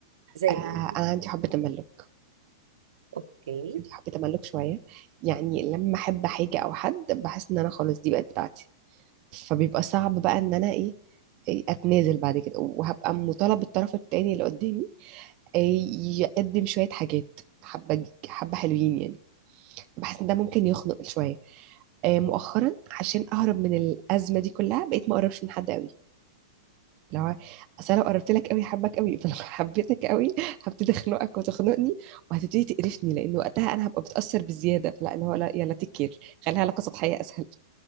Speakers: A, on the right; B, on the right.
A: زي
B: آه
A: ايه
B: انا عندي حب تملك
A: اوكي
B: عندي حب تملك شويه يعني لما احب حاجه او حد بحس ان انا خلاص دي بقت بتاعتي فبيبقى صعب بقى ان انا ايه إيه اتنازل بعد كده وهبقى مطالب الطرف التاني اللي قدامي إيه، يقدم شوية حاجات حبة حبة حلوين يعني بحس ان ده ممكن يخنق شوية آه، مؤخرا عشان اهرب من الازمه دي كلها بقيت ما اقربش من حد قوي لو اصل لو قربت لك قوي حبك قوي فلو <laughs> حبيتك قوي هبتدي اخنقك وتخنقني وهتبتدي تقرفني لان وقتها انا هبقى بتاثر بزياده فلا اللي هو لا يلا تكير خليها علاقه سطحيه اسهل